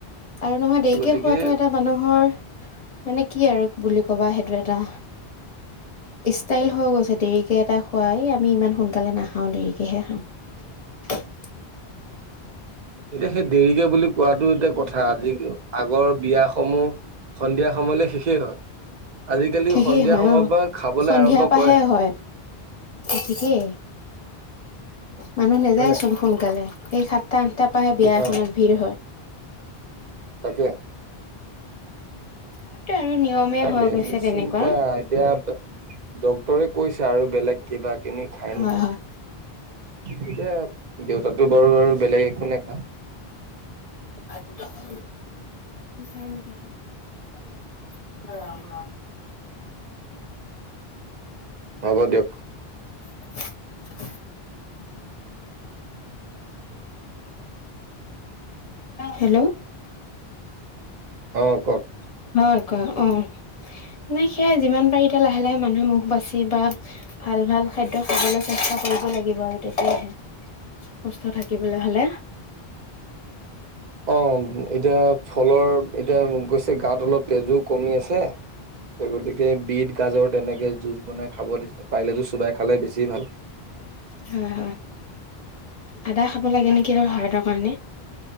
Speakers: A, on the left; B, on the right.
A: আৰু নহয় দেৰিকে
B: গতিকে
A: খোৱাটো এটা মানুহৰ মানে কি আৰু বুলি ক'বা সেইটো এটা। ষ্টাইল হৈ গৈছে দেৰিকে এটা খোৱাই আমি ইমান সোনকালে নাখাওঁ দেৰিকেহে খাওঁ। <unintelligible>
B: এতিয়া সেই দেৰিকে বুলি কোৱাটো এতিয়া কথা আজি আগৰ বিয়াসমূহ সন্ধিয়া সময়লে শেষেই হয়। আজিকালি
A: শেষেই
B: সন্ধিয়া
A: হয়
B: সময়ৰ
A: অ
B: পৰা খাবলৈ
A: সন্ধিয়া
B: আৰম্ভ
A: পাহে
B: কৰেহে।
A: হয় ঠিকেই। মানুহ নাযায়চোন
B: হয় নাই
A: সোনকালে এই সাতটা আঠটাৰ পৰাহে বিয়া এখনত
B: অ
A: ভিৰ হয়। <unintelligible>
B: তাকে
A: সেইটোৱে আৰু নিয়মে
B: তাকে
A: হৈ গৈছে তেনেকুৱা।
B: চিন্তা এতিয়া ডক্তৰে কৈছে আৰু বেলেগ কিবা কিনি খায়
A: হয়
B: নেকি
A: হয়।
B: এতিয়া দেউতাতো বাৰু আৰু বেলেগ একো নেখাই
A: ভাত কেতিয়া খাবি চাৰে ন তাত অ ৰাম ৰাম
B: হ'ব দিয়ক
A: <unintelligible> হেল্ল'
B: অ কওক।
A: অ কোৱা অ নাই সেয়াই যিমান পাৰি এতিয়া লাহে লাহে মানুহে মুখ বাচি বা ভাল। ভাল খাদ্য খাবলৈ চেষ্টা কৰিব লাগিব আৰু তেতিয়াহে সুস্থ থাকিবলৈ হলে,
B: অ এতিয়া ফলৰ এতিয়া গৈছে গাত অলপ তেজো কমি আছে, সেই গতিকে বিট গাজৰ, তেনেকে জুচ বনাই খাব দিছে পাৰিলেতো চোবাই খালে বেছি ভাল
A: হয় হয় আদা খাব লাগে নেকি আৰু হাৰ্টৰ কাৰণে।